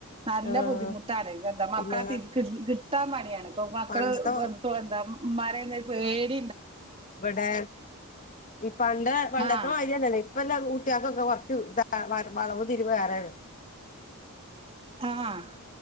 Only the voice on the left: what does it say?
ഏഹ്
പിന്നെ
പണ്ടത്തെ
ഇവിടെ ഈ പണ്ട് പണ്ടത്ത
അരിയന്നല്ലേ ഇപ്പല്ലാം കുട്ടക്കൊക്കെ കൊറച്ച് ഇന്ത വളവ് തിരുവേറെരുന്നു